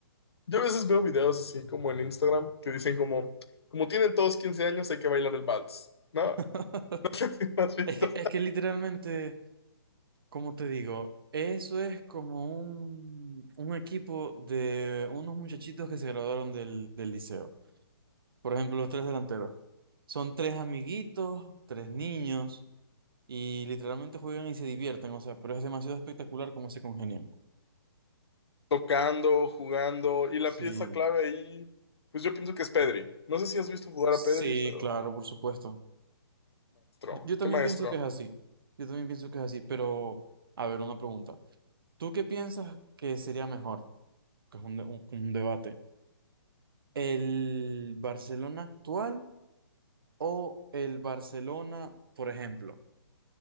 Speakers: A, on the left (about 85°); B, on the right (about 60°).
A: Yo a veces veo videos así como en Instagram que dicen como, como tienen todos 15 años hay que bailar el vals, ¿no?
B: <laughs>
A: <laughs> ¿Sí me ¿Has visto?
B: Es que, es que literalmente, como te digo, eso es como un, un equipo de unos muchachitos que se graduaron del, del liceo. Por ejemplo, los tres delanteros. Son tres amiguitos, tres niños, y literalmente juegan y se divierten. O sea, pero es demasiado espectacular cómo se congenian.
A: Tocando, jugando y la
B: Sí.
A: pieza clave ahí, pues yo pienso que es Pedri. No sé si has visto jugar
B: Sí,
A: a Pedri, pero
B: claro, por supuesto.
A: maestro,
B: Yo yo también
A: qué maestro.
B: pienso que es así. Yo también pienso que es así, pero a ver, una pregunta. ¿Tú qué piensas que sería mejor? Que es un, de- un- un debate. ¿El Barcelona actual o el Barcelona, por ejemplo?